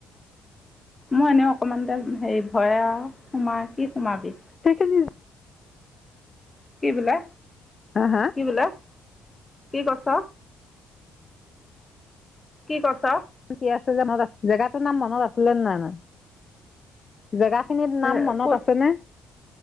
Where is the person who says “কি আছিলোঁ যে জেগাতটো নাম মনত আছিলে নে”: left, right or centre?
Left